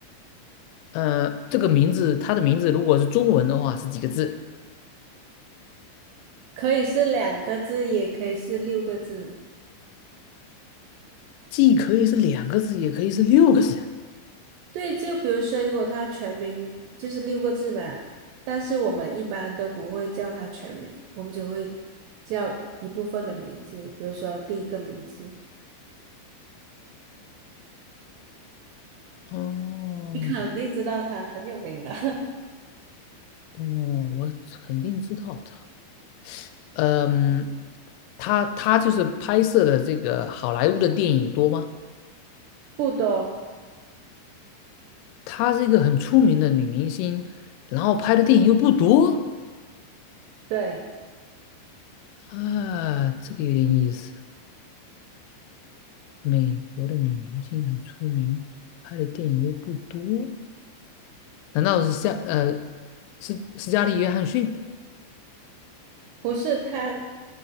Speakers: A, on the left (about 90°); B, on the right (about 80°).
A: 呃，这个名字，他的名字如果是中文的话是几个字？
B: 可以是两个字，也可以是六个字。
A: 既可以是两个字，也可以是六个字。
B: 对，就比如说，如果他全名就是六个字嘛，但是我们一般都不会叫他全名，我们只会叫一部分的名字，比如说第一个名字，
A: 哦，
B: 你肯定知道他很有名的，
A: 嗯，我肯定知道，他。嗯，她她就是拍摄的这个好莱坞的电影多吗？
B: <laughs> 不多，
A: 她是一个很出名的女明星，然后拍的电影又不多
B: 对，
A: 啊，这个有点意思。美国的女明星很出名，拍的电影又不多，难道是夏呃是斯嘉丽·约翰逊？
B: 不是他，